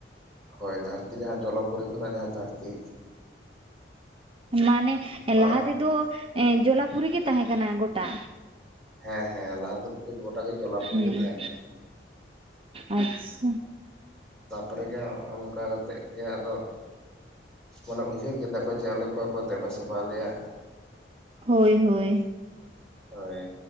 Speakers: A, in the centre; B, on the right.
A: ᱦᱳᱭ ᱫᱷᱟᱹᱨᱛᱤ ᱡᱟᱦᱟᱸ ᱡᱚᱞᱚ ᱯᱚᱨᱤ ᱠᱷᱚᱱᱟᱜ ᱡᱟᱦᱟᱸ ᱫᱷᱟᱹᱨᱛᱤ
B: ᱢᱟᱱᱮ
A: ᱢᱟᱲᱟᱝ
B: ᱞᱟᱦᱟ ᱛᱮᱫᱚ ᱮᱸ ᱡᱚᱞᱟᱯᱩᱨᱤ ᱜᱮ ᱛᱟᱸᱦᱮᱸ ᱠᱟᱱᱟ ᱜᱚᱴᱟ᱾
A: ᱦᱮᱸ ᱦᱮᱸ ᱞᱟᱦᱟ ᱫᱚ ᱯᱩᱨᱟᱹ ᱜᱚᱴᱟ ᱜᱮ ᱡᱚᱞᱟᱯᱩᱨᱤ
B: ᱦᱮᱸ
A: ᱜᱮ ᱛᱟᱦᱮᱸ ᱠᱟᱱᱟ᱾
B: ᱟᱪᱪᱷᱟ
A: ᱛᱟᱯᱚᱨᱮ ᱜᱮ ᱚᱚᱝᱠᱟ ᱠᱟ ᱠᱟᱛᱮᱫ ᱜᱮ ᱟᱫᱚ ᱢᱟᱱᱮ ᱩᱭᱦᱟᱹᱨ ᱠᱮᱫᱟᱠᱚ ᱡᱮ ᱟᱞᱮ ᱚᱠᱚᱭ ᱠᱚ ᱫᱮᱵᱟ ᱥᱮᱵᱟ ᱟᱞᱮᱭᱟ᱾
B: ᱦᱳᱭ ᱦᱳᱭ
A: ᱦᱳᱭ